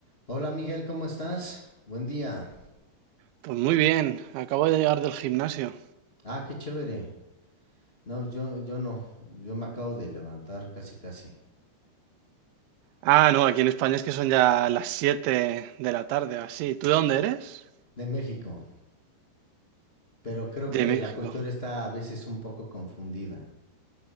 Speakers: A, on the left; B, on the right.
A: Hola Miguel, ¿cómo estás? Buen día.
B: Pues muy bien, acabo de llegar del gimnasio.
A: Ah, qué chévere. No, yo, yo no. Yo me acabo de levantar casi casi
B: Ah, no, aquí en España es que son ya las 7 de la tarde, o así. ¿Tú de dónde eres?
A: de México, pero creo
B: De
A: que
B: México.
A: la cultura está a veces un poco confundida.